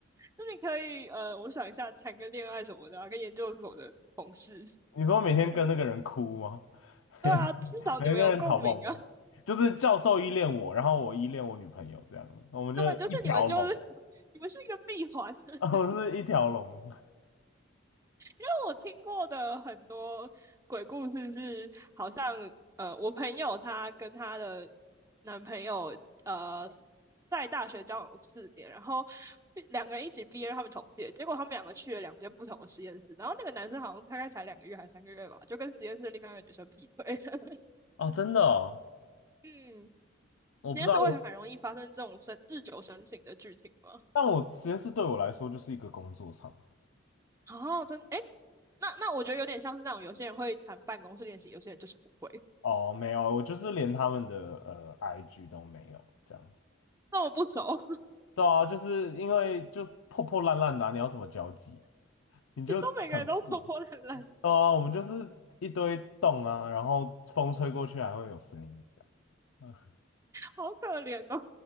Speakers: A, on the right; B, on the left.
A: 那你可以呃，我想一下，谈个恋爱什么的啊，跟研究所的同事。
B: 你说每天跟那个人哭吗？
A: 对啊，
B: <laughs>
A: 至少你们有共鸣啊，
B: 每个人讨抱吗？就是教授依恋我，然后我依恋我女朋友这样，
A: <laughs>
B: 我们就一条龙，
A: 根本就是你们就是你们是一个闭环。
B: <laughs>
A: <laughs>
B: 我们是一条龙。
A: 因为我听过的很多鬼故事是，好像呃，我朋友她跟她的男朋友呃，在大学交往四年，然后两个人一起毕业，他们同届，结果他们两个去了两间不同的实验室，然后那个男生好像大概才两个月还三个月吧，就跟实验室另外一个女生劈腿。<laughs>
B: 哦，真的哦，
A: 嗯，
B: 我不知道，
A: 实验室会很容易发生这种生日久生情的剧情吗？
B: 我但我实验室对我来说就是一个工作场合。
A: 哦，真诶，那那我觉得有点像是那种有些人会谈办公室恋情，有些人就是不会。
B: 哦，没有，我就是连他们的呃 IG 都没有这样子。
A: 那我不熟。
B: 对啊，就是因为就破破烂烂的啊你要怎么交际？你就很破。
A: 你说每个人都活泼懒懒的，
B: 对啊，我们就是一堆洞啊，然后风吹过去还会有声音，<laughs>
A: 好可怜哦。